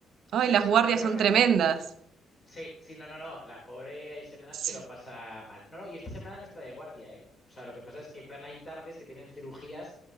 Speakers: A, on the right; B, on the left.
A: Ay,
B: Sí,
A: las guardias
B: no, pero
A: son
B: me-
A: tremendas.
B: sí, sí, no, no, no. La pobre hay semanas
A: Sí,
B: que lo pasa mal. No, no, y esta semana no está de guardia, ¿eh? O sea, lo que pasa es que en plan hay tardes que tienen cirugías